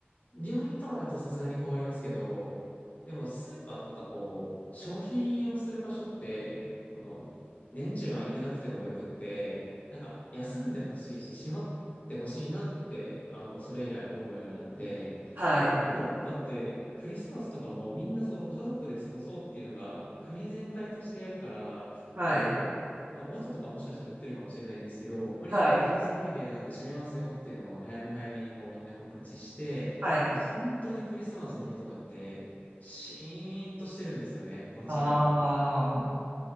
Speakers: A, on the left; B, on the right.
A: 病院とかだとさすがに困りますけど、でもスーパーとかこう、商品をする場所って、その、年中空いてなくてもよくって、なんか休んでほしいし、閉まってほしいなって、あの、それ以来思うようになって、
B: はい。
A: あの、ヨーロッパってクリスマスとかもみんなその家族で過ごそうっていうのが国全体としてやるから、
B: はい。
A: こう、まあ、おもちゃとかもしかしたら売ってるかもしれないんですけど、割とクリスマスホリデーなんで閉めますよっていうのを早め早めにこうみんな告知して、
B: はい。はい。
A: で、本当にクリスマスの日とかって、シーンとしてるんですよね、街が。
B: ああ、